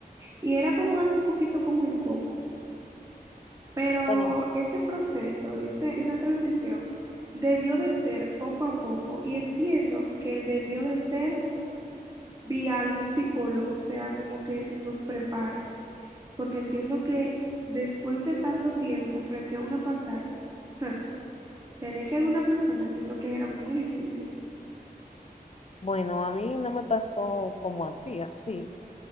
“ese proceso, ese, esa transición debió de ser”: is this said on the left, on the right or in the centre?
Right